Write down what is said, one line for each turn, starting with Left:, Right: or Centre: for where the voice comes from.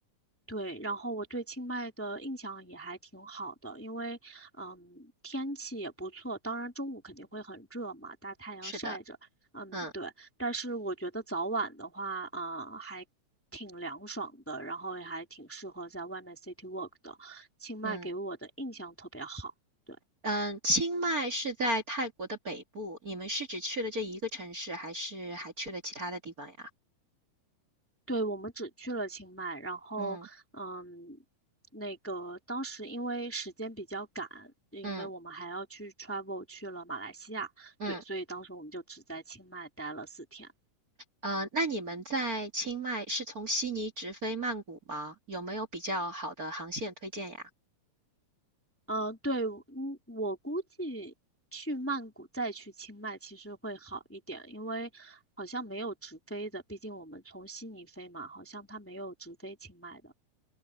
Centre: 对，然后我对清迈的印象也还挺好的，因为嗯天气也不错，当然中午肯定会很热嘛，大太阳晒着，
Right: 是的，
Centre: 嗯对，
Right: 嗯
Centre: 但是我觉得早晚的话啊、呃还挺凉爽的，然后也还挺适合在外面 city walk 的，清迈给我的印象特别好。
Right: 嗯
Centre: 对。
Right: 嗯，清迈是在泰国的北部，你们是只去了这一个城市，还是还去了其他的地方呀？
Centre: 对，我们只去了清迈，然后，
Right: 嗯
Centre: 嗯，那个当时因为时间比较赶，因为我们还要去
Right: 嗯
Centre: travel 去了马来西亚，
Right: 嗯。
Centre: 对，所以当时我们就只在清迈待了四天。
Right: 呃，那你们在清迈是从悉尼直飞曼谷吗？有没有比较好的航线推荐呀？
Centre: 嗯，对，嗯，我估计去曼谷再去清迈其实会好一点，因为好像没有直飞的，毕竟我们从悉尼飞嘛，好像它没有直飞清迈的。